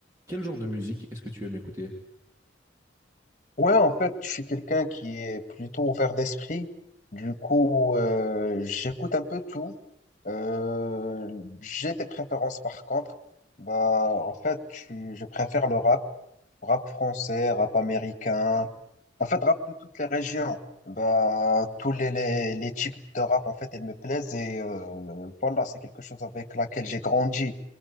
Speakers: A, on the right (about 15°); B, on the left (about 40°).
A: Quel genre de musique est-ce que tu aimes écouter?
B: Ouais, en fait, je suis quelqu'un qui est plutôt ouvert d'esprit. Du coup, euh, j'écoute un peu tout. Euh, j'ai des préférences par contre. Bah, en fait, je, suis- je préfère le rap, rap français, rap américain. En fait, rap de toutes les régions. Bah, tous les, les, les types de rap, en fait, ils me plaisent et euh, voilà, c'est quelque chose avec laquelle j'ai grandi.